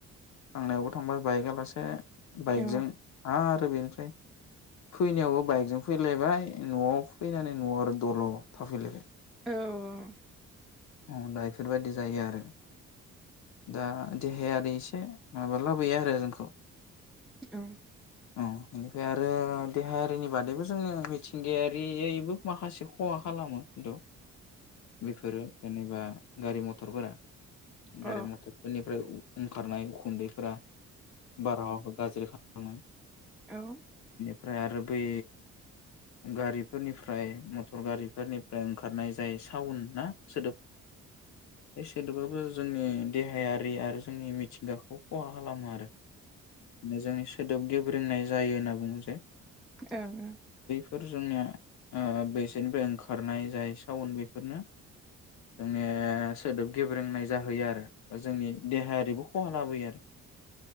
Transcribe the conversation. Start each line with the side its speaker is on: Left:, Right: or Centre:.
Left: थांनायावबो थांबाय बाइकआलासे बाइकजों
Centre: औ
Left: आरो बेनिफ्राय फैनायावबो बाइकजों फैलायबाय न'आव फैनानै न'आव आरो दल' थाफैलायबाय
Centre: औ
Left: अ दा इफोरबायदि जायो आरो दा देहाया ओरै एसे माबा लाबोयो आरो जोंखौ
Centre: औ
Left: अ ओमफ्राय आरो देहायारिनि बादैबो जोंङो मिथिंगायारियैबो माखासे खहा खालामो खिन्थु बेफोरो जेनेबा गारि मथरफोरा
Centre: औ
Left: गारि मथरफोरनिफ्राय ओंखारनाय उखुन्दैफोरा बारहावाखौ गाज्रि खालामो
Centre: औ
Left: फ्राय आरो बे गारिफोरनिफ्राय मटर गारिफोरनिफ्राय ओंखारनाय जाय साउन्द ना सोदोब सेदोबाबो जोंनि देहायारि आरो जोंनि मिथिंगाखौ खहा खालामो आरो मोजांङै सोदोब गेब्रोंनाय जायो होनना बुंङो जे
Centre: ओ ओ
Left: बेफोर जोंनिया ओ बेसोरनिफ्राय ओंखारनाय जाय साउन्द बेफोरनो जोंनि सोदोब गेब्रोंनाय जाहोयो आरो बा जोंनि देहायारिबो खहा लाबोयो आरो